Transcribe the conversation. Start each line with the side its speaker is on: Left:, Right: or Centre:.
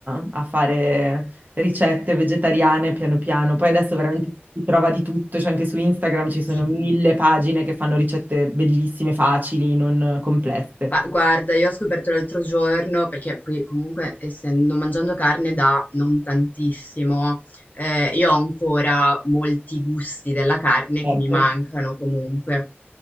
Right: a a fare ricette vegetariane piano piano. Poi adesso veramente si trova di tutto, cioè anche su Instagram ci sono
Left: sì.
Right: mille pagine che fanno ricette bellissime, facili, non complesse.
Left: Ma guarda, io ho scoperto l'altro giorno, perché poi comunque essendo mangiando carne da non tantissimo, eh, io ho ancora molti gusti della carne
Right: Certo.
Left: che mi mancano comunque.